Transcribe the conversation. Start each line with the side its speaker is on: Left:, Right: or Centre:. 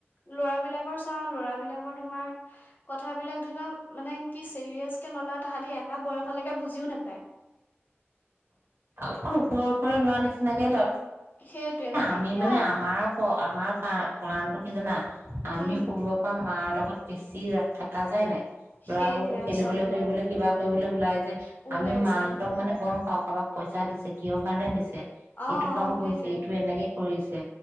Left: ল'ৰা বিলাকৰ চাওঁ ল'ৰা বিলাকৰ তোমাৰ কথাবিলাক ধৰি লক মানে কি চিৰিয়াচ কে নলয় তাহাঁতি এটা বয়স লেকে বুজিও নোপায়।
Right: অকণ ওপৰৰ ওপৰ লোৱাৰ নিচিনাকে লয়।
Left: সেইটোৱে
Right: আমি
Left: কি
Right: মানে
Left: আৰু
Right: আমাৰ আমাৰ কাৰ কি জানা আমি
Left: উম
Right: সৰুৱা পা মাৰ লগত বেছি ৰা থাকা যায় নাই। লৰাবোৰতো
Left: সেইটোৱে
Right: খেলিবলৈ
Left: আচলতে
Right: কৰিবলৈ কিবা কৰিবলৈ ওলাই। যে
Left: ওলাই
Right: আমি মাহঁতক
Left: যায়
Right: মানে গম পাওঁ কাৰোবাক পইচা দিছে? কিহৰ কাৰণে দিছে?
Left: অ
Right: এইটো কাম
Left: অ
Right: কৰিছে,
Left: সেইটোৱে
Right: এইটো এনেকে কৰিছে।